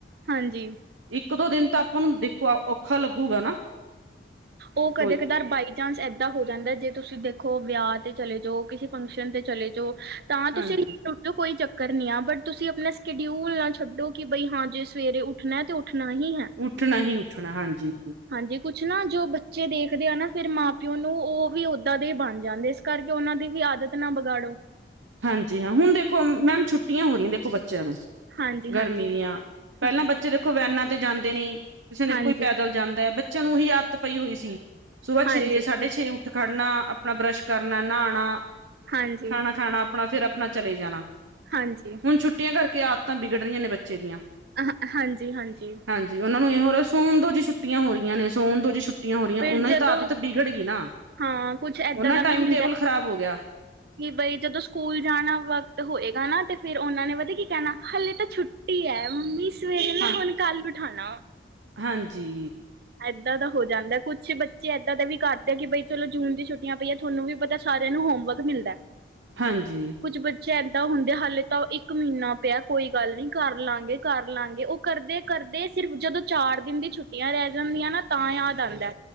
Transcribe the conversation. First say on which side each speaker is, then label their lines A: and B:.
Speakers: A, on the right; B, on the right.
A: ਹਾਂਜੀ।
B: ਇੱਕ ਦੋ ਦਿਨ ਤਾਂ ਆਪਾਂ ਨੂੰ ਦੇਖੋ ਔਖਾ ਲੱਗੂਗਾ ਨਾ।
A: ਉ
B: ਕੋਈ
A: ਕਦੇ ਕਦਾਰ ਬਾਈ ਚਾਂਸ ਏਦਾਂ ਹੋ ਜਾਂਦਾ ਜੇ ਤੁਸੀਂ ਦੇਖੋ ਵਿਆਹ ਤੇ ਚਲੇ ਜਾੳ ਕਿਸੇ ਫੰਕਸ਼ਨ 'ਤੇ ਚਲੇ ਜਾੳ। ਤਾਂ
B: ਹਾਂਜੀ
A: ਤੁਸੀਂ <inaudible> ਤੇ ਕੋਈ ਚੱਕਰ ਨੀ ਆ ਬਟ ਤੁਸੀਂ ਆਪਣਾ ਸਕਡਿਊਲ ਨਾ ਛੱਡੋ ਕਿ ਬਈ ਹਾਂ ਜੇ ਸਵੇਰੇ ਉੱਠਣੇ ਤੇ ਉੱਠਣਾ ਹੀ ਹੈ।
B: ਉੱਠਣਾ ਹੀ ਉੱਠਣਾ ਹਾਂਜੀ।
A: ਹਾਂਜੀ ਕੁਛ ਨਾ ਜੋ ਬੱਚੇ ਦੇਖਦੇ ਆ ਨਾ ਫੇਰ ਮਾਂ ਪਿਓ ਨੂੰ ਉ ਵੀ ਓਦਾਂ ਦੇ ਬਣ ਜਾਂਦੇ। ਕਰਕੇ ਉਨਾਂ ਦੀ ਵੀ ਆਦਤ ਨਾ ਬਗਾੜੋ।
B: ਹਾਂਜੀ ਹਾਂ ਹੁਣ ਦੇਖੋ ਮੈਮ ਛੁੱਟੀਆਂ ਹੋ ਰਹੀਆਂ ਦੇਖੋ ਬੱਚਿਆਂ ਨੂੰ।
A: ਹਾਂਜੀ, ਹਾਂਜੀ,
B: ਗਰਮੀ ਦੀਆਂ ਪਹਿਲਾਂ
A: ਹਾਂਜੀ,
B: ਬੱਚੇ ਬੱਚੇ ਦੇਖੋ ਵੈਨਾਂ ਤੇ ਜਾਂਦੇ ਨੇ ਕਿਸੇ ਨੇ
A: ਹਾਂਜੀ,
B: ਕੋਈ ਪੈਦਲ ਜਾਂਦਾ ਬੱਚਿਆਂ ਨੂੰ ਉਹੀ ਆਦਤ ਪਈ ਹੋਈ ਸੀ। ਸੁਬਹ
A: ਹਾਂਜੀ,
B: ਛੇ ਸਾਢੇ ਛੇ ਉੱਠ ਖੜ੍ਹਨਾ ਆਪਣਾ ਬਰੱਸ਼ ਕਰਨਾ ਨਾ੍ਹਣਾ।
A: ਹਾਂਜੀ,
B: ਖਾਣਾ ਖਾਣਾ, ਆਪਣਾ ਫੇਰ ਅਪਣਾ ਚਲੇ ਜਾਣਾ।
A: ਹਾਂਜੀ।
B: ਹੁਣ ਛੁੱਟੀਆਂ ਕਰਕੇ ਆਦਤਾਂ ਵਿਗੜ ਰਹੀਆਂ ਨੇ ਬੱਚੇ ਦੀਆਂ।
A: ਅ ਹ ਹਾਂਜੀ ਹਾਂਜੀ।
B: ਹਾਂਜੀ ਉਨਾਂ ਨੂੰ ਇਹ ਹੋ ਰਿਹਾ ਸੋਨ ਦੋ ਜੀ ਛੁੱਟੀਆਂ ਹੋ ਰਹੀਆਂ ਨੇ ਸੋਣ ਦੋ ਜੀ ਛੁੱਟੀ। ਛੁੱਟੀਆਂ ਹੋ ਰਹੀਆਂ
A: ਫਿਰ
B: ਉਨਾਂ
A: ਜਦੋਂ
B: ਦੀ ਤਾ ਆਦਤ ਬਿਗੜ ਗੀ ਨਾ
A: ਹਾਂ ਕੁਛ ਏਦਾਂ
B: ਉਨਾਂ
A: ਦਾ ਵੀ
B: ਟਾਈਮ
A: ਹੁੰਦਾ
B: ਟੇਬਲ ਖ਼ਰਾਬ ਹੋ ਗਿਆ।
A: ਕਿ ਬਈ ਜਦੋਂ ਸਕੂਲ ਜਾਣਾ ਵਕਤ ਹੋਏਗਾ ਨਾ ਤੇ ਫੇਰ ਉਨਾਂ ਨੇ ਪਤਾ ਕੀ ਕਹਿਣਾ ਹਲੇ ਤਾਂ ਛੁੱ ਛੁੱਟੀ ਏ ਮੰਮੀ ਸਵੇਰੇ ਨਾ
B: ਹਾਂ
A: ਹੁਣ ਕੱਲ ਉਠਾਣਾ।
B: ਹਾਂਜੀ।
A: ਏਦਾਂ ਦਾ ਹੋ ਜਾਂਦਾ। ਕੁਛ ਬੱਚੇ ਏਦਾਂ ਦੇ ਵੀ ਕਰਦੇ ਕਿ ਬਈ ਚਲੋ ਜੂਨ ਦੀ ਛੁੱਟੀਆਂ ਪਈਆਂ ਥੋਨੂੰ ਵੀ ਪਤਾ ਸਾਰਿਆਂ ਨੂੰ ਹੋਮਵਰਕ ਮਿਲਦੇ। <inaudible>
B: ਹਾਂਜੀ।
A: ਕੁੱਝ ਬੱਚੇ ਏਦਾਂ ਹੁੰਦੇ ਹਾਲੇ ਤਾਂ ਉਹ ਇੱਕ ਮਹੀਨਾ ਪਿਆ ਕੋਈ ਗੱਲ ਨੀ ਕਰ ਲਾਂਗੇ ਕਰ ਲਾਂਗੇ ਉਹ ਕਰਦੇ ਕਰਦੇ ਸਿਰਫ ਜਦੋਂ ਚਾਰ ਦਿਨ ਦੀ ਛੁੱਟੀਆਂ ਰਹਿ ਜਾਂਦੀਆਂ ਨਾ ਤਾਂ ਯਾਦ ਆਉਂਦਾ।